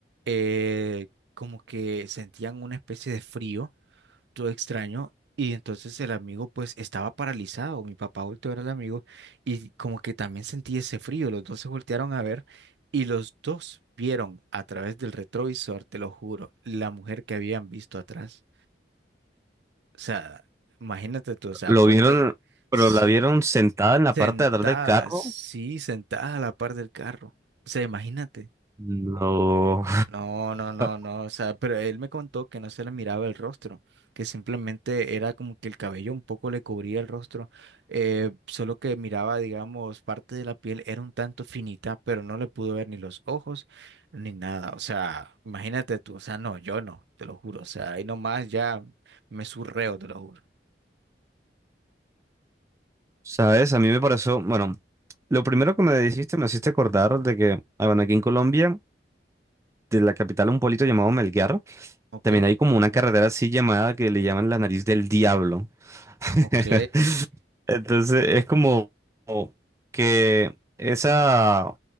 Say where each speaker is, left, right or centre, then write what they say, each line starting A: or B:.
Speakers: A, on the right (about 70°); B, on the right (about 15°).
A: eh, como que sentían una especie de frío todo extraño. Y entonces el amigo pues estaba paralizado, mi papá volteó a ver al amigo y como que también sentí ese frío, los dos se voltearon a ver y los dos vieron a través del retrovisor, te lo juro, la mujer que habían visto atrás. O sea, imagínate tú, o sea,
B: Lo
A: ponte
B: vieron,
A: en- sí,
B: pero la vieron sentada en la
A: sentada,
B: parte de atrás del carro.
A: sí, sentada a la par del carro. O sea, imagínate.
B: No.
A: No, no, no, no,
B: <laughs>
A: o sea, pero él me contó que no se le miraba el rostro, que simplemente era como que el cabello un poco le cubría el rostro, eh, solo que miraba, digamos, parte de la piel era un tanto finita, pero no le pudo ver ni los ojos ni nada, o sea, imagínate tú, o sea, no, yo no, te lo juro, o sea, ahí nomás ya me surreo, te lo juro.
B: ¿Sabes? A mí me pareció, bueno, lo primero que me dijiste me hiciste acordar de que, ah, bueno, aquí en Colombia, de la capital, un pueblito llamado Melgar,
A: Ok,
B: también hay como una carretera así llamada que le llaman la nariz del diablo. <laughs>
A: ok,
B: Entonces es como como que esa,